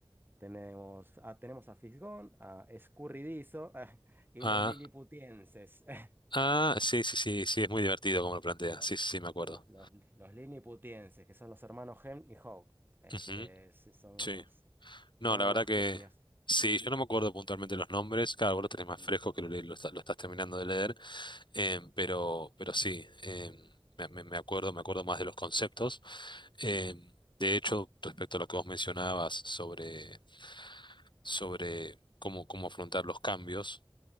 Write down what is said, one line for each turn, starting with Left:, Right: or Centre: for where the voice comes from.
Right: Tenemos a, tenemos a Fisgón, a Escurridizo <laughs> y
Left: ah,
Right: los Lilliputienses. <laughs>
Left: ah, sí, sí, sí, sí, es muy divertido como lo plantea.
Right: Los,
Left: Sí, sí, sí, me acuerdo.
Right: los, los- los Lilliputienses, que son los hermanos Hem y Hope. Este,
Left: Ujú,
Right: sí, son unos,
Left: sí, No,
Right: son
Left: la
Right: unos
Left: verdad que
Right: genios.
Left: sí, yo no me acuerdo puntualmente los nombres, claro, vos lo tenés más
Right: Mm,
Left: fresco que lo, le- lo está- lo estás terminando de leer, em,
Right: mm,
Left: pero, pero sí, em, me, me- me acuerdo, me acuerdo más de los conceptos. Em,
Right: ujú.
Left: de hecho, respecto a lo que vos mencionabas sobre, sobre cómo, cómo afrontar los cambios